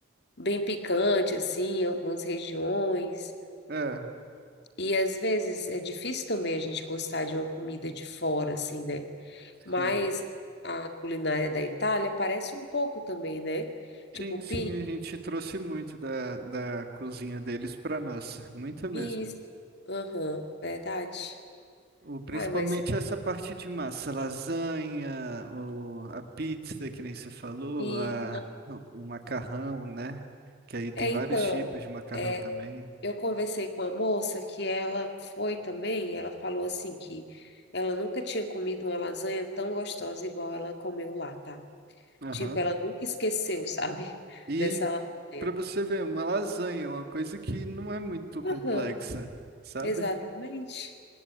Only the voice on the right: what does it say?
É,
sim.
Sim, sim,
a gente trouxe muito da, da cozinha deles para nós, muita mesmo.
O, principalmente
essa parte de massa, lasanha, o, a pizza, que nem você falou,
a, o macarrão, né? Que aí tem
vários
tipos de macarrão
também.
Aham.
E
para você ver, uma lasanha é uma coisa que não é muito complexa,
sabe?